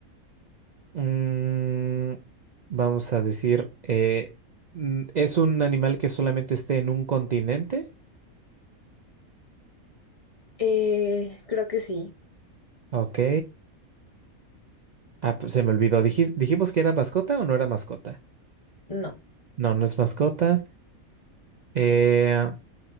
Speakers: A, on the right; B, on the left.
A: Mm, vamos a decir, eh, mm, ¿es un animal que solamente esté en un continente?
B: eh, creo que sí,
A: Ok. Ah, pues se me olvidó. Dijis- ¿dijimos que era mascota o no era mascota?
B: no.
A: No, no es mascota. Eh,